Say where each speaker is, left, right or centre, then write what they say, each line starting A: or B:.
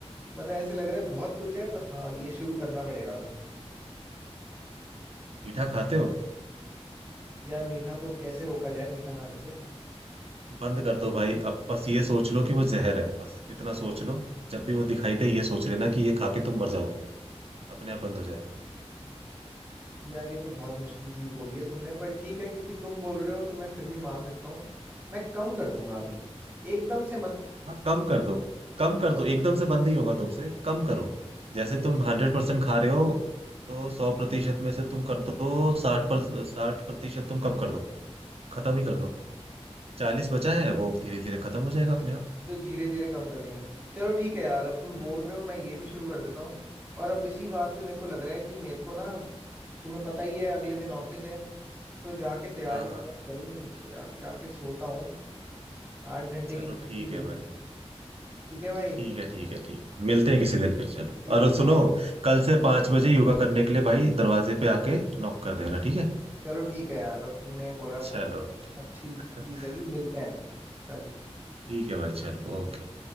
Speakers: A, on the right; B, on the right.
A: मतलब ऐसे लग रहा है बहुत कुछ है पर हाँ ये शुरू करना पड़ेगा अब
B: मीठा खाते हो
A: यार मीठा तो कैसे रोका जाए मीठा खाने से
B: बंद कर दो भाई अब बस ये सोच लो कि वो जहर है बस इतना सोच लो जब भी वो दिखाई दे ये सोच लेना कि ये खा के तुम मर जाओगे अपने आप बंद हो जाएगा
A: यार ये तो बहुत मुश्किल चीज़ बोली है तुमने पर ठीक है क्योंकि तुम बोल रहे हो तो मैं फिर भी मान सकता हूँ मैं कम कर दूंगा अभी एकदम से मत
B: हाँ कम कर दो कम कर दो एकदम से बंद नहीं होगा तुमसे कम करो जैसे तुम हंड्रेड परसेंट खा रहे हो तो सौ प्रतिशत में से तुम कर दो साठ पर साठ प्रतिशत तुम कम कर दो खत्म ही कर दो चालीस बचा है वो धीरे धीरे खत्म हो जाएगा अपने आप
A: तो धीरे धीरे कम कर लेंगे चलो ठीक है यार अब तुम
B: हम्म
A: बोल रहे हो मैं ये भी शुरू कर देता हूँ और अब इसी बात पे मेरे को लग रहा है कि मेरे को ना तुम्हें पता ही है अगले दिन ऑफिस है तो जाके तैयारी
B: हाँ हाँ
A: वैयारी
B: हाँ।
A: करूँ जा, जाके सोता हूँ आठ घंटे
B: चलो
A: की नींद
B: ठीक
A: भी
B: है
A: लेनी
B: भाई
A: है ठीक है भाई
B: ठीक है ठीक है ठीक है मिलते हैं किसी दिन फिर चलो
A: बिल्कुल
B: और सुनो
A: यार
B: कल से पांच बजे योगा करने के लिए भाई दरवाजे पे आके नॉक कर देना ठीक है
A: चलो ठीक है यार अब तुमने बोला बहुत
B: चलो
A: अच्छी
B: <laughs>
A: चीज लगी मिलते हैं कल
B: ठीक है भाई चलो ओके